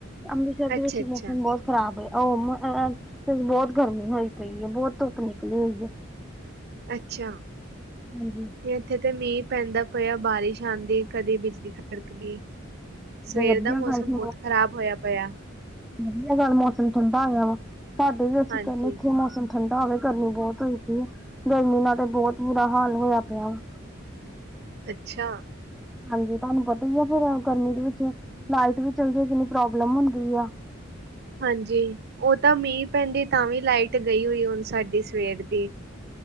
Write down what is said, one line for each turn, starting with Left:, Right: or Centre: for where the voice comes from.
Centre: ਅੰਮ੍ਰਿਤਸਰ ਦੇ
Right: ਅੱਛਾ
Centre: ਵਿੱਚ
Right: ਅੱਛਾ
Centre: ਮੌਸਮ ਬਹੁਤ ਖਰਾਬ ਹੋ ਉਹ ਬਹੁਤ ਗਰਮੀ ਹੋਈ ਪਈ ਹੈ, ਬਹੁਤ ਧੁੱਪ ਨਿਕਲੀ ਹੋਈ ਹੈ।
Right: ਅੱਛਾ,
Centre: ਹਾਂਜੀ
Right: ਇੱਥੇ ਤਾਂ ਮੀਂਹ ਪੈਂਦਾ, ਪਇਆ ਬਾਰਿਸ਼ ਆਦੀ ਕਦੀ ਬਿਜਲੀ ਖੜਕਦੀ। ਸਵੇਰ
Centre: ਵਧੀਆ
Right: ਦਾ ਮੌਸਮ
Centre: ਗੱਲ ਸੀ
Right: ਬਹੁਤ ਖ਼ਰਾਬ ਹੋਇਆ ਪਿਆ।
Centre: ਵਧੀਆ ਗੱਲ ਮੌਸਮ ਠੰਡਾ ਹੋਇਆ, ਵਾ ਸਾਡੇ ਵੀ ਅਸੀਂ
Right: ਹਾਂਜੀ
Centre: ਕਹਿੰਦੇ ਇੱਥੇ ਮੌਸਮ ਠੰਡਾ ਹੋਵੇ ਗਰਮੀ ਬਹੁਤ ਹੋਈ ਪਈ, ਆ ਗਰਮੀ ਨਾਲ ਤੇ ਬਹੁਤ ਬੁਰਾ ਹਾਲ ਹੋਇਆ ਪਿਆ ਵਾ।
Right: ਅੱਛਾ,
Centre: ਹਾਂਜੀ ਤੁਹਾਨੂੰ ਪਤਾ ਹੀ ਹੈ, ਫੇਰ ਗਰਮੀ ਦੇ ਵਿੱਚ ਲਾਈਟ ਵੀ ਚੱਲ ਜਾਏ ਕਿੰਨੀ ਪ੍ਰੋਬਲਮ ਹੁੰਦੀ ਆ।
Right: ਹਾਂਜੀ ਉਹ ਤਾਂ ਮੀਂਹ ਪੈਂਦੀ ਤਾਂ ਵੀ ਲਾਈਟ ਗਈ, ਹੋਈ ਹੁਣ ਸਾਡੀ ਸਵੇਰ ਦੀ,